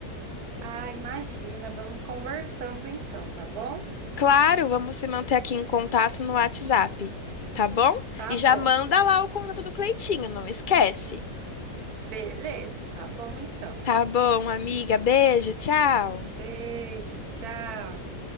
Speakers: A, on the right; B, on the left.
A: Ah, imagina, vamos conversando então, tá bom?
B: Claro, vamos se manter aqui em contato no WhatsApp, tá bom?
A: Tá
B: E já
A: bom.
B: manda lá o contato do Cleitinho, não esquece.
A: Beleza, tá bom então.
B: Tá bom, amiga, beijo, tchau.
A: Beijo, tchau.